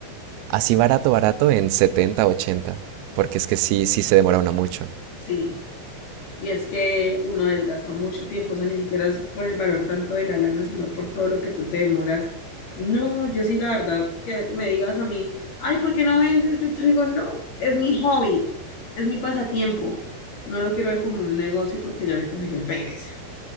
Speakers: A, on the right (about 90°); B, on the left (about 55°).
A: así
B: Sí.
A: barato, barato, en setenta ochenta Porque es que sí, sí se demora uno mucho.
B: Sí. Y es que uno desgasta mucho tiempo, o sea, ni siquiera es por el valor tanto de la lana, sino por todo lo que tú te demoras. No, yo sí, la verdad, que me digas a mí, ay, ¿por qué no vendes? Yo te digo, no, es mi hobby, es mi pasatiempo. No lo quiero ver como un negocio porque ya le cogería pereza.